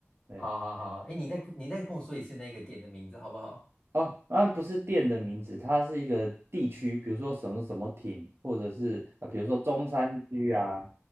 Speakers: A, on the right (about 60°); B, on the left (about 20°).
A: 对呀。
B: 好好好，诶，你再你再跟我说一次那个店的名字好不好？
A: 哦，那不是店的名字，它是一个地区，比如说什么什么町，或者是啊、呃比如说中山区啊